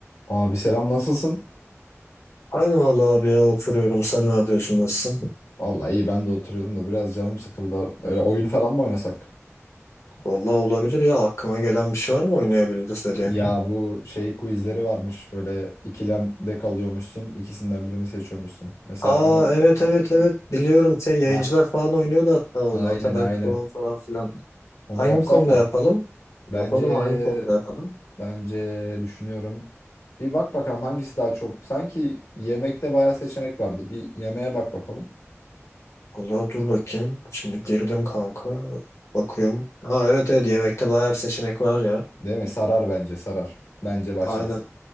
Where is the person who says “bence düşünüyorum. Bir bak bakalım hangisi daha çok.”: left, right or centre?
Left